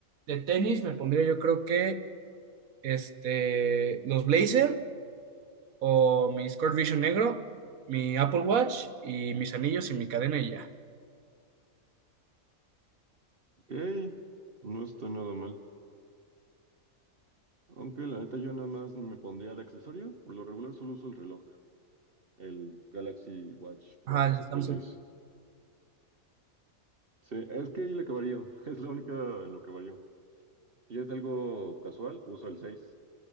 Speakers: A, on the right (about 75°); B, on the right (about 45°).
A: De tenis me pondría yo creo que este, los Blazer o mi Sport Vision negro, mi Apple Watch y mis anillos y mi cadena y ya.
B: ok, no está nada mal. Aunque la neta yo nada más me pondría de accesorio. Por lo regular solo uso el reloj, el Galaxy Watch
A: Ajá,
B: 4
A: el Samsung.
B: o el 6. Sí, es que ahí le varío. <laughs> Es la única en lo que varío. Si es algo casual, uso el 6.